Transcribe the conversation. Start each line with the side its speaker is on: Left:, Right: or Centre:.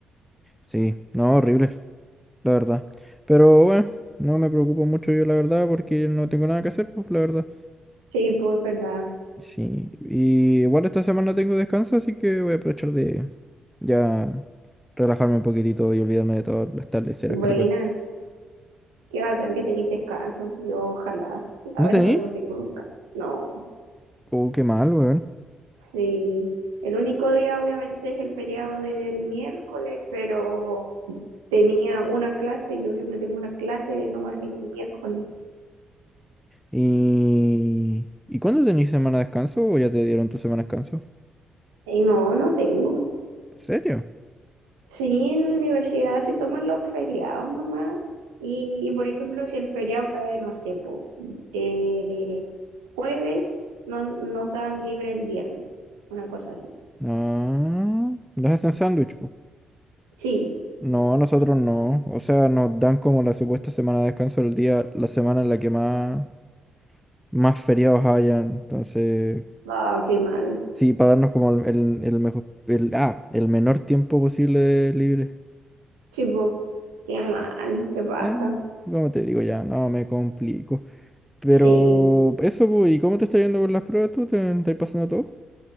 Centre: Sí, no, horrible, la verdad. Pero bueno, no me preocupo mucho yo, la verdad, porque no tengo nada que hacer, pues, la verdad.
Right: Sí, pues verdad.
Centre: Sí, y igual esta semana tengo descanso, así que voy a aprovechar de ya relajarme un poquitito y olvidarme de todas las tardeceras
Right: Buena,
Centre: que te cuento.
Right: qué bacán que tenéis descanso. Yo ojalá, la
Centre: ¿No
Right: verdad
Centre: tení?
Right: no tengo descanso. No.
Centre: Oh, qué mal, weón.
Right: Sí, el único día obviamente es el feriado del miércoles, pero tenía una clase, yo siempre tengo una clase nomás el miércoles.
Centre: ¿Y, ¿y cuándo tenís semana de descanso o ya te dieron tu semana de descanso?
Right: Y no, no tengo.
Centre: ¿En serio?
Right: Sí, en mi universidad se toman los feriados nomás. Y, y, por ejemplo, si el feriado cae, no sé, po, eh, jueves, no, nos dan libre el viernes, una cosa así.
Centre: Ah, ¿nos hacen sándwich, po?
Right: Sí,
Centre: No, nosotros no. O sea, nos dan como la supuesta semana de descanso el día, la semana en la que más, más feriados hayan. Entonces,
Right: ah, qué mal.
Centre: Sí, para darnos como el, el- el mejor, el, ah, el menor tiempo posible de libre.
Right: Sí, po, qué mal, qué baja.
Centre: Eh, como te digo ya, no me complico. Pero
Right: Sí.
Centre: eso, pues, ¿y cómo te está yendo con las pruebas tú? ¿Te, estás pasando todo?